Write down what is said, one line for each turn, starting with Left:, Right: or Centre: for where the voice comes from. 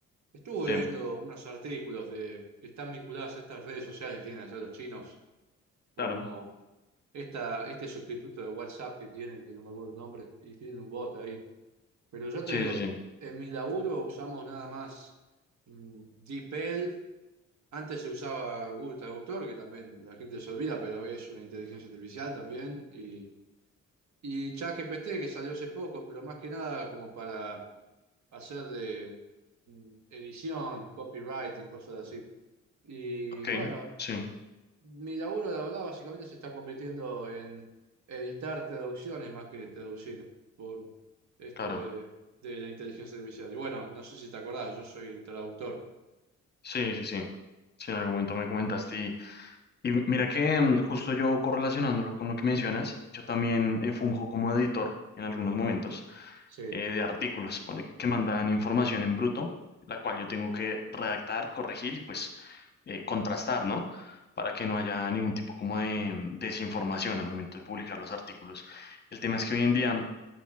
Right: Estuve
Left: Sí,
Right: viendo unos artículos de, que están vinculados a estas redes sociales que tienen allá los chinos, como
Left: claro.
Right: esta, este sustituto de WhatsApp que tienen, que no me acuerdo el nombre, y tienen un bot ahí. Pero yo
Left: Sí,
Right: te digo,
Left: sí, sí.
Right: en mi laburo usamos nada más mm, DeepL Antes se usaba Google Traductor, que también la gente se olvida, pero es una inteligencia artificial también. Y, y ChatGPT, que salió hace poco, pero más que nada como para hacer de mm, edición, copywriting, cosas así. Y
Left: Ok,
Right: bueno,
Left: sí,
Right: mi laburo, la verdad, básicamente se está convirtiendo en editar traducciones más que traducir por esto
Left: claro.
Right: de, de la inteligencia artificial. Y bueno, no sé si te acordás, yo soy traductor.
Left: Sí, sí, sí. Sí, en algún momento me comentaste Y mira que mm, justo yo correlacionándolo con lo que mencionas, yo también eh, funjo como editor en algunos momentos
Right: Sí,
Left: eh, de artículos, pone que mandan información en bruto, la cual yo tengo que redactar, corregir y pues eh, contrastar, ¿no? Para que no haya ningún tipo como de mm, desinformación al momento de publicar los artículos. El tema es que hoy en día,